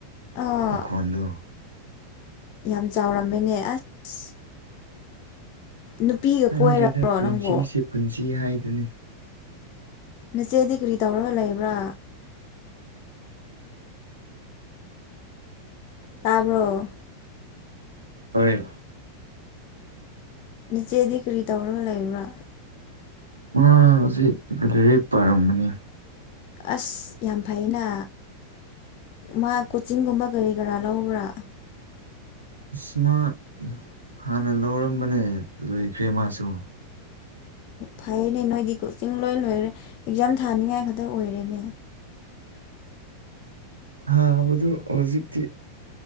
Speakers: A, on the left; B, on the right.
A: ꯑꯥ
B: ꯃꯨꯈꫭꯟꯗꯨ
A: ꯌꯥꯝ ꯆꯥꯎꯔꯝꯃꯦꯅꯦ ꯑꯁ ꯅꯨꯄꯤꯒ
B: ꯈꯪꯗ꯭ꯔꯦꯗ
A: ꯀꯣꯏꯔꯕ꯭ꯔꯣ
B: ꯄꯨꯟꯁꯤꯁꯤ
A: ꯅꯪꯕꯨ
B: ꯄꯨꯟꯁꯤ ꯍꯥꯏꯗꯨꯅꯤ
A: ꯅꯆꯦꯗꯤ ꯀ꯭ꯔꯤ ꯇꯧꯔꯒ ꯂꯩꯕ꯭ꯔꯥ ꯇꯥꯕ꯭ꯔꫭ
B: ꯍꯣꯏ
A: ꯅꯆꯦꯗꯤ ꯀ꯭ꯔꯤ ꯇꯧꯔꯒ ꯂꯩꯕ꯭ꯔꯥ
B: ꯃꯥ ꯍꯨꯖꯤꯛ ꯂꯔꯤꯛ ꯄꯥꯔꯝꯒꯅꯤ
A: ꯑꯁ ꯌꯥꯝ ꯐꯩꯑꯅ ꯃꯥ ꯀꯣꯆꯤꯡꯒꯨꯝꯕ ꯀꯔꯤ ꯀꯔꯥ ꯂꯧꯕ꯭ꯔꯥ
B: ꯏꯁ ꯃꯥ ꯍꯥꯟꯅ ꯂꯧꯔꯝꯕꯅꯦ ꯂꯣꯏꯈ꯭ꯔꯦ ꯃꯥꯁꯨ <inaudible>
A: ꯐꯩꯌꯦꯅꯦ ꯅꯣꯏꯗꯤ ꯀꯣꯆꯤꯡ ꯂꯣꯏ ꯂꯣꯏꯔꯦ ꯑꯦꯛꯖꯥꯝ ꯊꯥꯅꯤꯡꯉꯥꯏ ꯈꯛꯇ ꯑꯣꯏꯔꯦꯅꯦ
B: ꯊꯥꯕꯗꯨ ꯍꫭꯖꯤꯛꯇꯤ